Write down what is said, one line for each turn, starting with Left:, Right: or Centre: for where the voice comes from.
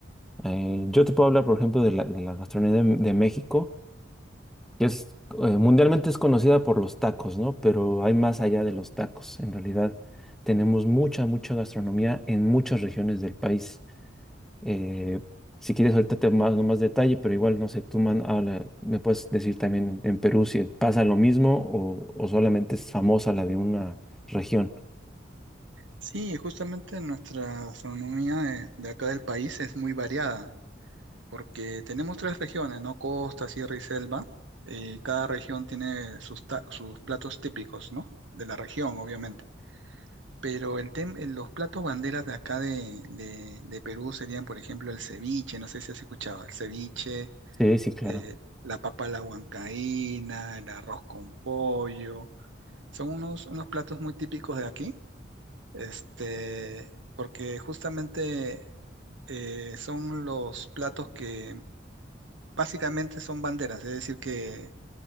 Centre: Eh, yo te puedo hablar, por ejemplo, de la, de la gastronomía de, de México que es eh, mundialmente es conocida por los tacos, ¿no? Pero hay más allá de los tacos. En realidad tenemos mucha, mucha gastronomía en muchas regiones del país. Eh, si quieres, ahorita te mando más detalle, pero igual, no sé, tú man- habla- me puedes decir también en Perú si pasa lo mismo o, o solamente es famosa la de una región.
Right: Sí, justamente nuestra gastronomía de, de acá del país es muy variada, porque tenemos tres regiones, ¿no? Costa, Sierra y Selva. y cada región tiene sus, ta- sus platos típicos, ¿no? De la región, obviamente. Pero el tem- eh, los platos banderas de acá de, de- de Perú serían, por ejemplo, el ceviche, no sé si has escuchado, el ceviche,
Centre: Sí, sí, claro.
Right: eh, la papa a la huancaína, el arroz con pollo. Son unos, unos platos muy típicos de aquí este, porque justamente eh, son los platos que básicamente son banderas, es decir, que,